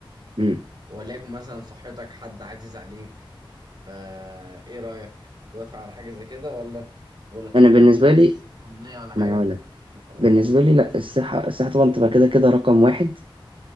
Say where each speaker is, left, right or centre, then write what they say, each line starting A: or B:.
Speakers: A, on the right (about 70°); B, on the right (about 55°).
A: مم.
B: وليكن مثلا صحتك حد عزيز عليك فا ايه رأيك توافق على حاجة زي كده ولا ولا تقول
A: انا بالنسبه
B: لا مش عايز
A: لي
B: أمنية ولا حاجة
A: ما انا هقول لك بالنسبه لي لا الصحه الصحه طبعا تبقى كده كده رقم واحد